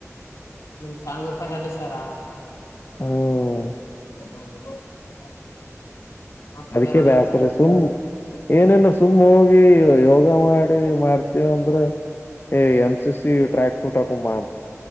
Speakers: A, on the left; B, on the left.
A: ನಿಮ್ ಚನ್ ಬೊಪಾರ್ ರಡ್ ಸಾರಾ
B: ಹ್ಮು
A: ಹ್ಮ್ ಮತ್ತೇನ್
B: ಅದಕ್ಕೆೇ
A: ನಡದದ
B: ಬ್ಯಾಸರ ಸುಮ್ನೆ ಏನಿಲ್ಲ ಸುಮ್ಮ್ ಹೋಗಿ ಯೋಗ ಮಾಡಿ ಮಾಡ್ತೀವ್ ಅಂದ್ರ, ಎ N C C track suit ಹಾಕೊಂಬ.